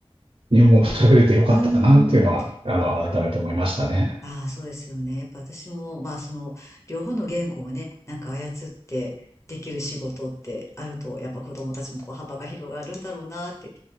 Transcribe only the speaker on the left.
うん。
ああ、そうですよね。やっぱ私も、まあその、両方の言語をね、なんか操ってできる仕事ってあると、やっぱ子供たちもこう幅が広がるんだろうなって